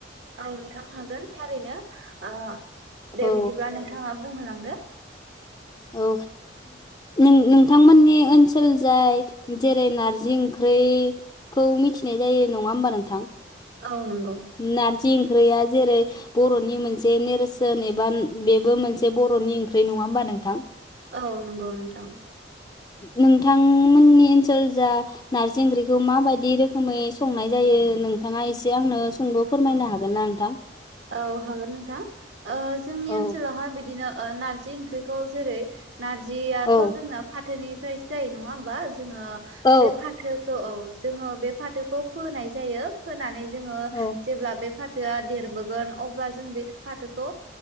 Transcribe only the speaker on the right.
औ नोंथां हागोन थारैनो ओ
दे बिदिब्ला नोंथाङा बुंहोलांदो
औ नंगौ
औ नंगौ नोंथां
औ हागोन नोंथां ओ जोंनि
ओनसोलावहाय बिदिनो ओ नारजि ओंख्रिखौ जेरै नारजियाथ'
जोंना फाथोनिफ्रायसो जायो नङा होमबा जोंङो
बे फाथोखौ औ जोङो बे फाथोखौ फोनाय जायो फोनानै जोङो
जेब्ला बे फाथोआ देरबोगोन अब्ला जों बे फाथोखौ